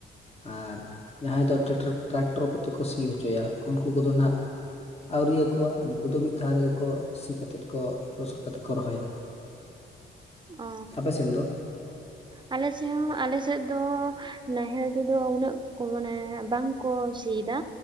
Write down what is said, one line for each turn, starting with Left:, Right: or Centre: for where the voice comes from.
Left: ᱟᱨ ᱡᱟᱦᱟᱸᱭ ᱫᱚ ᱴᱨᱟᱠᱴᱚᱨ ᱠᱚᱛᱮ ᱠᱚ ᱥᱤ ᱦᱚᱪᱚᱭᱟ ᱩᱱᱠᱩ ᱠᱚᱫᱚ ᱦᱟᱸᱜ ᱟᱹᱣᱨᱤᱭᱟ ᱠᱚᱣᱟ ᱩᱱᱠᱩ ᱫᱚ ᱢᱤᱫ ᱫᱷᱟᱣ ᱨᱮᱜᱮ ᱠᱚ ᱥᱤ ᱠᱟᱛᱮᱫ ᱠᱚ ᱞᱚᱥᱚᱫ ᱠᱟᱛᱮᱫ ᱠᱚ ᱨᱚᱦᱚᱭᱟ᱾
Right: ᱚ
Left: ᱟᱯᱮ ᱥᱮᱱ ᱫᱚ
Right: ᱟᱞᱮ ᱥᱮ ᱦᱚᱸ ᱟᱞᱮ ᱥᱮᱫ ᱫᱚ ᱱᱟᱦᱮᱞ ᱛᱮᱫᱚ ᱩᱱᱟᱹᱜ ᱢᱟᱱᱮ ᱵᱟᱝᱠᱚ ᱥᱤ ᱮᱫᱟ